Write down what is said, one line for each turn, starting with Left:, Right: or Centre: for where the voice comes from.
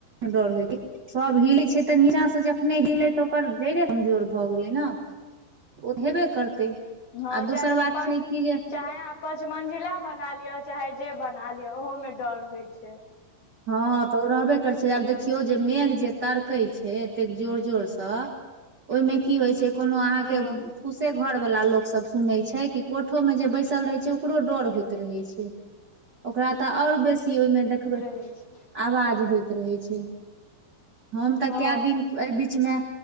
Right: डर होइ छै। सभ हिलै छै, तऽ नीचाँ से जखने हिलै तऽ ओकर जड़े कमजोर भऽ गेलै ने। ओ त हेबे करतै।
Left: हँ,
Right: आ दोसर
Left: चाहे
Right: बात
Left: प <unintelligible>
Right: छै कि जे
Left: चाहे पाँचमञ्जिला बना लिअ, चाहे जे बना लिअ, ओहोमे डर होइ छै।
Right: हँ, तऽ ओ रहबे करै छै, आब देखियौ जे मेघ जे तड़कै छै, एतेक जोर जोरसँ ओहिमे कि होइ छै कोनो अहाँकेँ
Left: हूँ
Right: पुसे। घर वाला लोक सभ सुनै छै, कि कोठो मे जे बैसल रहे छै, ओकरो डर होइत रहे छै। ओकरा तऽ ओर बेसी ओहिमे देखबै।
Left: से छै।
Right: आवाज होइत रहै छै, हम तऽ
Left: हँ
Right: काए दिन ए बीचमे